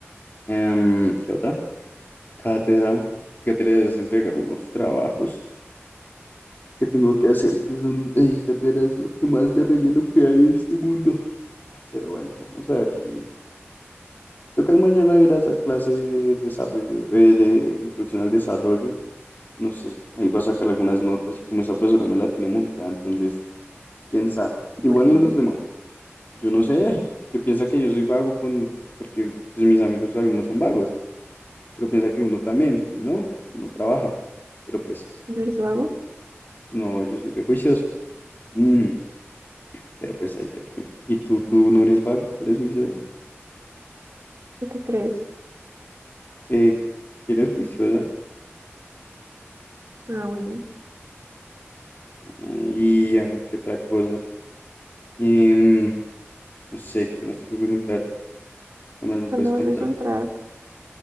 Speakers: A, on the left (about 45°); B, on the right (about 65°).
A: Em, ¿qué otra? Cátedra, que cátedra es entregar unos trabajos que tengo que hacer, que son, ey, cátedra es lo que más de relleno que hay en este mundo. Pero bueno, vamos a ver si... Tocas mañana ir a esa clase de desarrollo, eh, de introducción al desarrollo, No sé, ahí va a sacar algunas notas y como esa profesora me la tiene montada, entonces, quién sabe.
B: ¿Y
A: Igual
B: por qué?
A: en los demás, yo no sé, porque piensa que yo soy vago con, porque pues, mis amigos algunos son vagos, pero piensa que uno también, y no, uno trabaja. Pero pues,
B: ¿No eres vago?
A: no, yo soy rejuicioso. Mm, pero pues ahí ya que. ¿Y tú, tú no eres vaga? ¿Tú eres juiciosa?
B: lo que crees?
A: Eh, que eres juiciosa.
B: Ah, bueno.
A: Ah, y a ver qué otra cosa. Em, no sé, ¿qué te más te puedo preguntar? ¿Qué más me
B: ¿Cuándo
A: puedes
B: vuelves
A: contar?
B: a entrar?